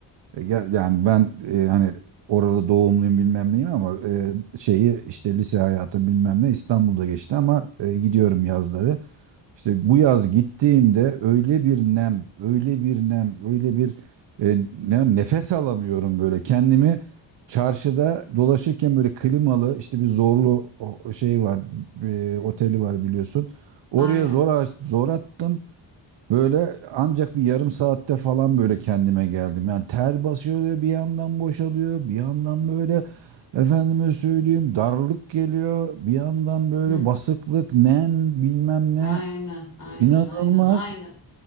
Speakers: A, on the right; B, on the left.
A: e, ya- yani ben e, hani oralı doğumluyum bilmem neyim ama e, şeyi işte lise hayatı bilmem ne İstanbul'da geçti ama e, gidiyorum yazları. İşte bu yaz gittiğimde öyle bir nem, öyle bir nem, öyle bir e, ne- nefes alamıyorum böyle. Kendimi çarşıda dolaşırken böyle klimalı işte bir zorlu o- şey var, e,
B: Hı
A: oteli
B: hı.
A: var biliyorsun. Oraya
B: Aynen.
A: zor aç- zor attım. Böyle ancak bir yarım saatte falan böyle kendime geldim. Yani ter basıyor bir yandan boşalıyor, bir yandan böyle efendime söyleyeyim darlık geliyor, bir yandan böyle
B: Hı.
A: basıklık, nem bilmem ne.
B: Aynen, aynen,
A: İnanılmaz.
B: aynen, aynen.